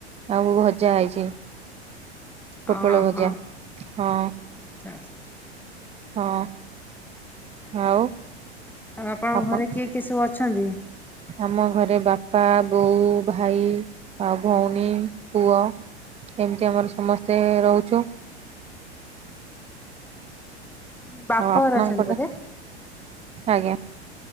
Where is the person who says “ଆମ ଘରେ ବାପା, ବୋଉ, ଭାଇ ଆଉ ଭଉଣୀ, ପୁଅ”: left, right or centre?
Right